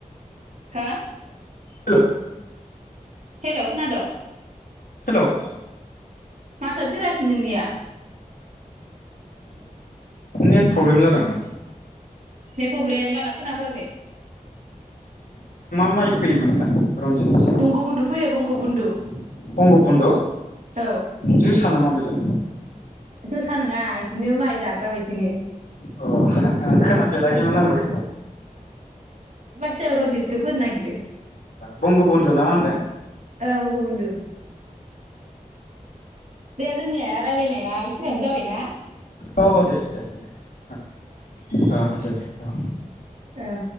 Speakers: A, on the right; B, on the left.
A: हा।
B: हेल'
A: हेल' खोनादों?
B: हेल'!
A: माथोआनो थेरासै नोंनिया।
B: नेट प्रब्लेम जादों दां‌।
A: Net problem? बारा खोनाफैयाखै।
B: माय फैयोमोन होनदां? रनजितनि
A: बंग' बुन्दु फैयो बंग बुन्दु। <inaudible>
B: बंग बुन्दु?
A: औ
B: जोसा नामा बेलाय?
A: जोसा नङा इदिनो माइ जाग्रा बायदिनो।
B: अ हा हा खोनाफेराखैमोन आंबो।
A: टाइम रनजिदखौ फोनो नागिरदों।
B: बंग' बन्धु ना मा होनदों?
A: ओं बगबन्धु दे जोंनिया रायलायनाया बेखिनियानो जाबायना?
B: औ औ दे दे दे। अ दे। औ।
A: औ।